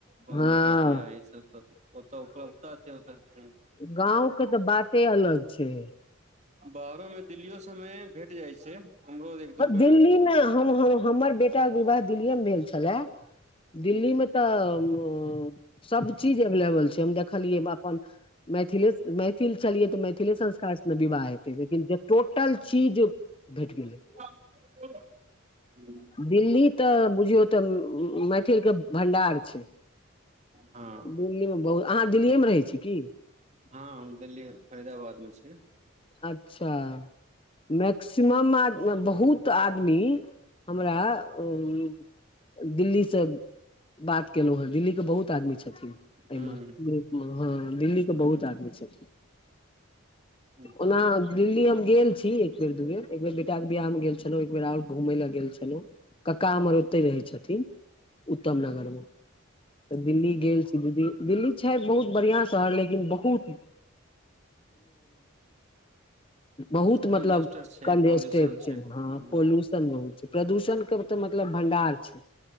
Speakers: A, on the right; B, on the left.
A: पानि
B: हँ
A: पतिया ई सब तै ओतऽ उपलब्धता छै ओता हां।
B: गाँव के तऽ बाते अलग छै।
A: बाहरो मे दिल्लीयो सब मे भेट जाइ छै। हमरो एक दू बेर
B: दिल्ली
A: हूँ
B: में हम हमर बे टा विवाह दिल्लीए मे भेल छलए दिल्ली
A: हूँ
B: मे तऽ सब चीज एवलेबल छै हम देखलियै अपन मैथिले मैथिल छलियै तऽ मैथिले संस्कार विवाह हेतै लेकिन जे टोटल चीज भेट गेलै।
A: हुं।
B: दिल्ली तऽ बुझियौ त मैथिल के भंडार छै।
A: हँ
B: दिल्ली मे बहुत अहाँ दिल्लीए मे रहै छी की?
A: हँ हम दिल्ली फरीदाबाद मे छी।
B: अच्छा मैक्स सीमम आद बहुत आदमी हमरा उम्म दिल्ली से बात केलहु हें दिल्ली के बहुत आदमी छथिन एहिमे
A: हूँ
B: ग्रुप मे। हँ दिल्ली के बहुत आदमी छथिन।
A: हूँ जी
B: ओना दिल्ली हम गेल छी एक बेर दू बेर एक बेर बेटाक के बियह मे गेल छलहुं एक बेर और घूमय लए गेल छलहुँ। कक्का हमर ओते रहै छथिन उत्तम नगर मे तऽ दिल्ली गेल छ दीदी दिल्ली छै बहुत बढ़िआं शहर लेकिन बहुत बहुत
A: कंजस्टर
B: मतलब
A: छै
B: कंजेस्टेड
A: पॉल्यूशन
B: छै
A: ह
B: हँ पोल्यूशन बहुत छै। प्रदूषण के तऽ मतलब भण्डार छै।